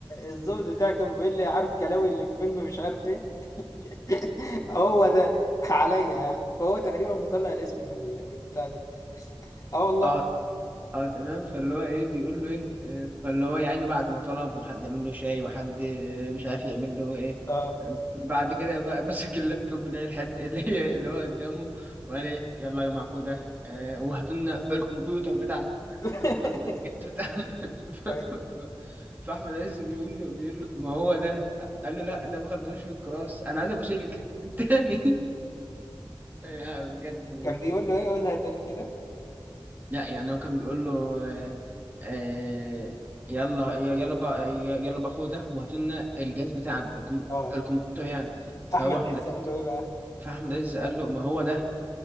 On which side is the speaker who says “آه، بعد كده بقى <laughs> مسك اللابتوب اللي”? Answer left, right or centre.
Right